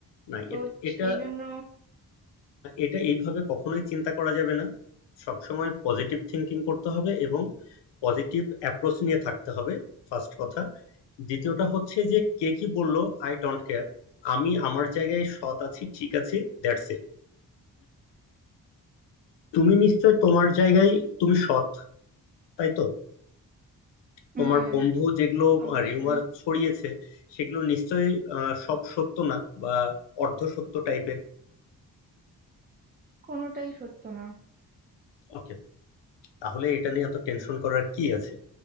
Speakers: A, on the left; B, on the right.
A: না,
B: তো
A: এট- এটা
B: এই জন্য
A: এটা এইভাবে কখনোই চিন্তা করা যাবে না সবসময় পজিটিভ থিঙ্কিং করতে হবে এবং পজিটিভ অ্যাপ্রোচ নিয়ে থাকতে হবে ফার্স্ট কথা দ্বিতীয়টা হচ্ছে যে কে কি বললো আই ডোন্ট কেয়ার আমি আমার জায়গায় সৎ আছি ঠিক আছে That's it তুমি নিশ্চয় তোমার জায়গায় তুমি সৎ তাই তো
B: হুম
A: তোমার বন্ধু যেগুলো
B: অবশ্যই
A: রিউমার ছড়িয়েছে সেগুলো নিশ্চয়ই আহ, সব সত্য না বা অর্ধ সত্য টাইপের
B: কোনোটাই সত্য না
A: ওকে তাহলে এটা নিয়ে এত টেনশন করার কি আছে